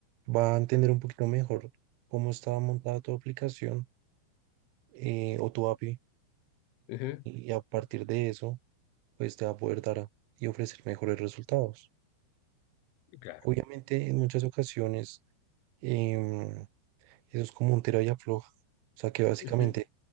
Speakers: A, on the right (about 85°); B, on the left (about 85°).
A: va a entender un poquito mejor cómo está montada tu aplicación eh, o tu API
B: Ujú,
A: y, y a partir de eso, pues te va a poder dar a- y ofrecer mejores resultados.
B: Claro.
A: Obviamente, en muchas ocasiones, em, eso es como un tira y afloja. O sea, que básicamente
B: Ujú,